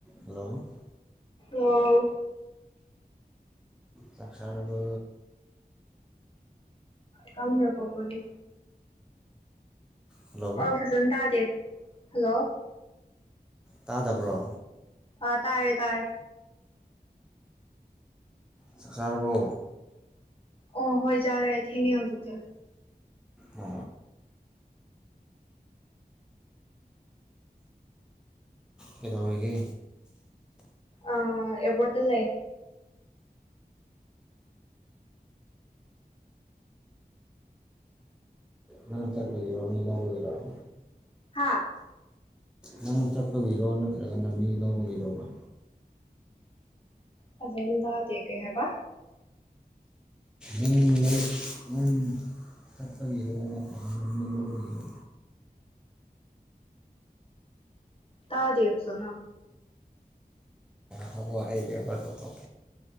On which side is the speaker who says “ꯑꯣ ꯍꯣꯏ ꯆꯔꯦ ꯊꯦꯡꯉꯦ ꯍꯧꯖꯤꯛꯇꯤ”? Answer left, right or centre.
Left